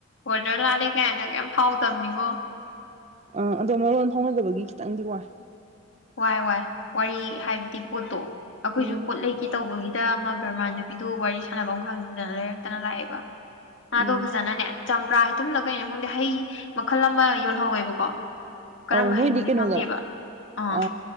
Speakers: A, on the left; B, on the right.
A: ꯋꯥꯗꯔ ꯂꯥꯂꯦ ꯀꯥꯏꯅ ꯀꯩ ꯐꯥꯎ ꯇꯝꯅꯤꯡꯉꯣ
B: ꯑꯥ ꯑꯗꯣ ꯃꯔꯣꯟ ꯐꯥꯎꯅꯗꯕꯒꯤ ꯈꯤꯇꯪꯗꯤ ꯋꯥꯏ
A: ꯋꯥꯏ ꯋꯥꯏ ꯋꯥꯔꯤ ꯍꯥꯏꯕꯗꯤ ꯄꯣꯠꯇꯣ ꯑꯩꯈꯣꯏꯁꯨ
B: ꯎꯝ
A: ꯄꯣꯠ ꯂꯩꯒꯦ ꯇꯧꯕꯒꯤ ꯁꯤꯗ ꯑꯃ ꯕ꯭ꯔꯃꯥꯟ ꯅꯨꯄꯤꯗꯨ ꯋꯥꯔꯤ ꯁꯥꯟꯐꯝ ꯑꯃ ꯈꯪꯗꯗꯅ ꯂꯩꯔꯛꯇꯅ ꯂꯥꯛꯑꯦꯕ ꯃꯥꯗꯣ
B: ꯎꯝ
A: ꯐꯖꯅꯅꯦ ꯆꯝꯄ꯭ꯔꯥ ꯇꯝꯅ ꯀꯩꯅꯣ ꯈꯪꯗꯦ ꯍꯩ ꯃꯈꯜ ꯑꯃ ꯌꯣꯜꯍꯧꯋꯦꯕꯀꯣ ꯀꯔꯝꯕ
B: ꯑꯃꯅꯤ
A: ꯍꯩꯅꯣꯗꯤ
B: ꯀꯅꯤꯗ
A: ꯈꯪꯗꯦꯕ ꯑꯥ
B: ꯑ